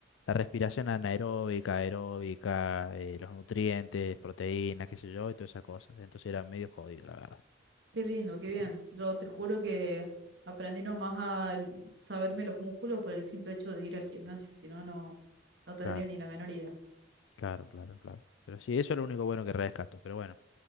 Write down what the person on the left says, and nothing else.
la respiración anaeróbica, aeróbica, eh, los nutrientes, proteínas, qué sé yo, y todas esas cosas. Entonces era medio jodido, la verdad.
Y,
claro,
claro, claro, claro. Pero sí, eso es lo único bueno que rescato. Pero bueno.